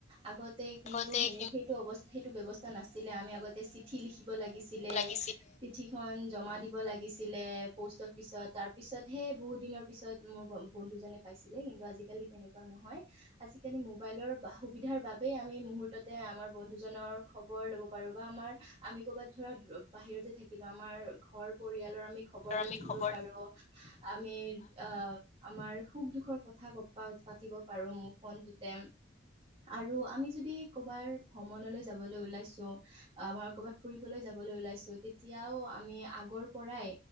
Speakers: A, on the right; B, on the left.
A: আগত- কিন্তু
B: আগতে
A: স
B: কিন্তু
A: সেইটো অৱস্থা সেইটো ব্যৱস্থা নাছিলে আমি আগতে চিঠি লিখি- দিব লাগিছিলে
B: লাগিছিল
A: চিঠিখন- জমা দিব লাগিছিলে প'ষ্ট অফিচত তাৰ পিছতহে বহুত দিনৰ পিছত মোৰ বন্ধুজনে পায় পাইছিলে কিন্তু আজি কালি তেনেকুৱা নহয় আজি কালি মোবাইলৰ সুবিধা বাবে আমি মূহুৰ্ততে আমাৰ বন্ধু - জনৰ খবৰ ল'ব পাৰো বা আমাৰ আমি ক'ৰবাত ধৰা বাহিৰতে থাকিলো আমাৰ ঘৰ পৰিয়ালৰ আমি- খবৰ লৈ
B: আমি
A: থাকিব
B: খবৰ
A: পাৰো আমি আহ আমাৰ সুখ দুখৰ কথা পাতিব পাৰো মোৰ ফোনটোতে আৰু আমি যদি কৰ'বাৰ ভ্ৰমণলৈ যাবলৈ ওলাইছো আমাৰ কৰ'বাত ফুৰিবলৈ যাবলৈ ওলাইছো তেতিয়াও আমি আগ পৰাই